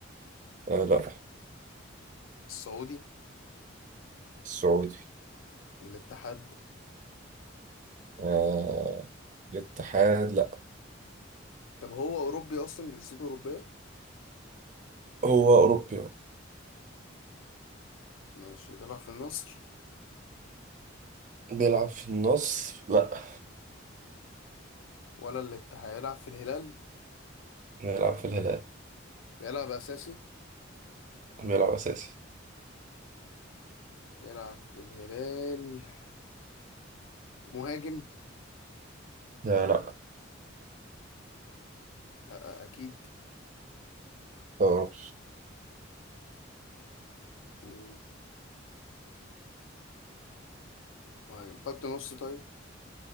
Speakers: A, on the right; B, on the left.
A: آه لا
B: السعودي
A: السعودي
B: الاتحاد
A: آه الاتحاد لا
B: طب هو اوروبي اصلا جنسيته اوروبية
A: هو أوروبي أهو.
B: ماشي بيلعب في النصر
A: بيلعب في النصر لا
B: ولا الاتحاد يلعب في الهلال
A: بيلعب في الهلال
B: بيلعب اساسي
A: بيلعب أساسي
B: بيلعب في الهلال مهاجم
A: آه لا
B: لا أكيد
A: آه
B: مم. مهاجم خط نص طيب